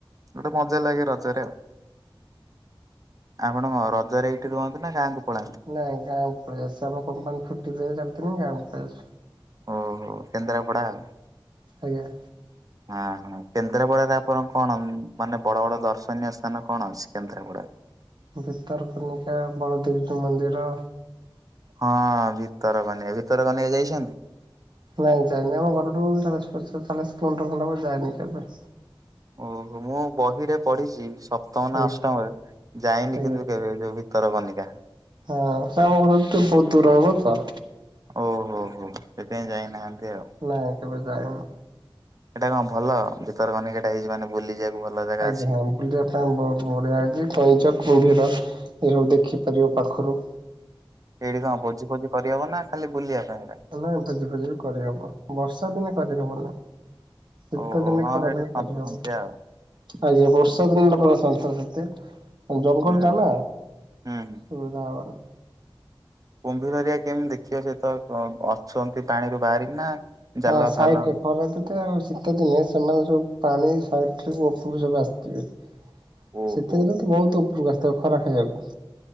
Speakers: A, on the right (about 40°); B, on the right (about 55°).
A: ଗୋଟେ ମଜା ଲାଗେ। ରଜରେ ଆଉ। ଆପଣ ରଜରେ ଏଇଠି ରୁହନ୍ତୁ ନା ଗାଁକୁ ପଳାନ୍ତି?
B: ନାଇଁ ଗାଁକୁ ପଳେଇ ଆସିଚି। ଆମ କମ୍ପାନୀ ଛୁଟିଥିଲା ଚାରିଦିନି ଗାଁକୁ ପଳେଇ ଆସିଚି।
A: ଓହୋ କେନ୍ଦ୍ରାପଡ଼ା ଆଉ।
B: ଆଜ୍ଞା।
A: ଅ ହଁ। କେନ୍ଦ୍ରାପଡାରେ ଆପଣ କଣ ମାନେ ବଡ ବଡ ଦର୍ଶ ଦର୍ଶନିଅ ସ୍ଥାନ କଣ ଅଛି କେନ୍ଦ୍ରାପଡାରେ?
B: ଭିତରକନିକା, ବଳଦେବଜୀଉ ମନ୍ଦିର
A: ହଁ ଭିତରକନିକା, ଭିତରକନିକା ଯାଇଛନ୍ତି?
B: ନାଇଁ ଯାଇନି। ଆମ ଘରଠୁ ଚାଳିଶ ପଚା ଚାଳିଶ କିଲୋମିଟର ଖଣ୍ଡେ ହବ ଯାଇନି କେବେ।
A: ଓହୋ ମୁଁ ବହିରେ ପଢିଚି ସପ୍ତମ ନା
B: ଆଜ୍ଞା
A: ଅଷ୍ଟମରେ ଯାଇନି
B: ଆଜ୍ଞା
A: କିନ୍ତୁ କେବେ। ଯୋଉ ବି ଭିତରକନିକା।
B: ହଁ ସେ ଆମ ଘର ତ ବହୁତ ଦୂର ହବ ତ।
A: ଓହୋ ହୋ ସେଥିପାଇଁ ଯାଇନାହାନ୍ତି ଆଉ।
B: ନାଇଁ କେବେ ଯାଇନି।
A: ଏଇଟା କଣ ଭଲ? ଭିତରକନିକା ଟା ହେଇଚି ମାନେ ବୁଲି ଯିବାକୁ ଭଲ ଜାଗା
B: ଆଜ୍ଞା
A: ଅଛି?
B: ହଁ ବୁଲିବା ପାଇଁ ବ ବଢ଼ିଆ ହେଇଚି। କଇଁଛ, କୁମ୍ଭୀର ଏସବୁ ଦେଖିପାରିବ ପାଖରୁ।
A: ହେଇଠି କଣ ଭୋଜି ଫୋଜି କରିହବ ନା ଖାଲି ବୁଲିବା ପାଇଁ ହେଇଟା?
B: ନାଇଁ ଭୋଜି ଫୋଜି ବି କରିହବ। ବର୍ଷା ଦିନେ କରିହବନି। ଶୀତଦିନେ
A: ଓହୋ ହଁ
B: ଖରାଦିନେ
A: ସେଇଠି ସନ୍ତସନ୍ତିଆ
B: କରିହବ।
A: ଆଉ
B: ଆଜ୍ଞା। ବର୍ଷା ଦିନ ଟା ପୁରା ସନ୍ତସନ୍ତିଆ, ଜଙ୍ଗଲ
A: ହୁଁ
B: ଟା ନା।
A: ହୁଁ ହୁଁ।
B: ସୁବିଧା ହବନ।
A: କୁମ୍ଭୀର ହେରିଆ କେମିତି ଦେଖିବ ସେ ତ ଅଛନ୍ତି ପାଣିରୁ ବାହାରିକି ନା ଜାଲ
B: ହଁ ସାଇଟ
A: ଫାଲ
B: କର ରେ। <unintelligible> ଶୀତ ଦିନେ ସେମାନେ ସବୁ ପାଣି ସାଇଟ ରୁ ଉପରକୁ ସବୁ ଆସିଥିବେ।
A: ଓହୋ।
B: ଶୀତ ଦିନେ ତ ବହୁତ ଉପରକୁ ଆସିଥିବେ ଖରା ଖାଇବାକୁ।